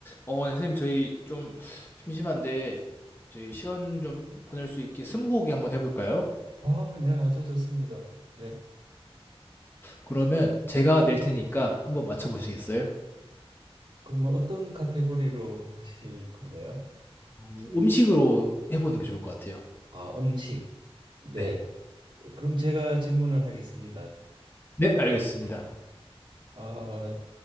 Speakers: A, on the left (about 20°); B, on the right (about 50°).
A: 어, 어, 네, 선생님, 저희 좀 심심한데, 저희 시간 좀 보낼 수 있게 스무고개 한번 해볼까요?
B: 아, 네, 아주 좋습니다. 예.
A: 그러면 제가 낼 테니까 한번 맞춰보시겠어요?
B: 그러면 어떤 카테고리로 하실 건가요?
A: 어, 음식으로 해보는 게 좋을 것 같아요.
B: 아, 음식. 네.
A: 네.
B: 그럼 제가 질문을 하겠습니다.
A: 네, 알겠습니다.
B: 아,